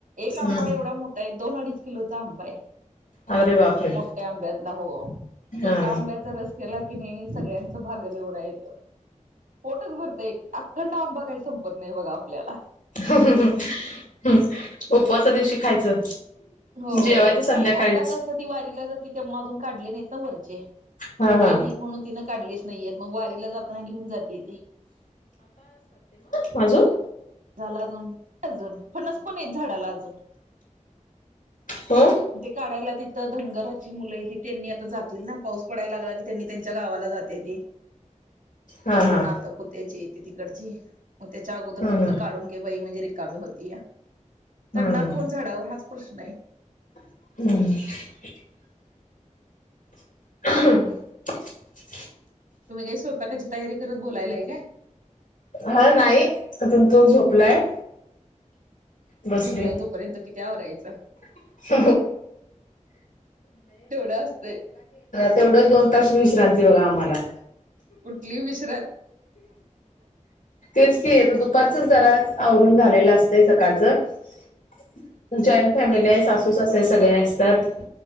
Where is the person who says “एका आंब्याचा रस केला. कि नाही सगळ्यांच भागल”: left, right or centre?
Right